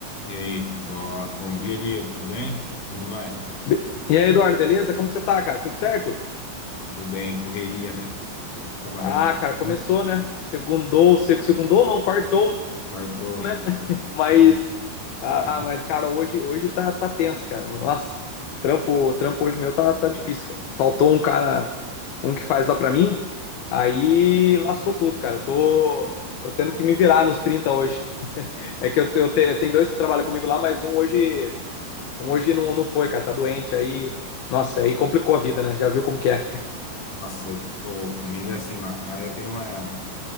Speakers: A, on the left; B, on the left.
A: E aí, boa, bom dia, Diego, tudo bem? Como vai?
B: Be- E aí, Eduardo, beleza? Como que você tá, cara? Tudo certo?
A: Tudo bem, correria, né? Hoje trabalhando
B: Ah, cara, começou,
A: muito, né?
B: né? Segundou, se- segundou não, quartou,
A: Quartou,
B: né?
A: é quase-
B: Mas,
A: quase-
B: ah,
A: quase-
B: mas cara, hoje, hoje tá, tá tenso, cara. Nossa, trampo, trampo hoje meu tá, tá difícil, cara. Faltou um cara, um que faz lá pra mim, aí lascou tudo, cara. Tô, tô tendo que me virar nos 30 hoje. <laughs> É que eu, eu, te- eu dois que trabalham comigo lá, mas um hoje, um hoje não, não foi, cara. Tá doente, aí, nossa, aí complicou a vida, né? Já viu como que é.
A: Nossa, eu tô- comigo é assim, lá, lá eu tenho uma,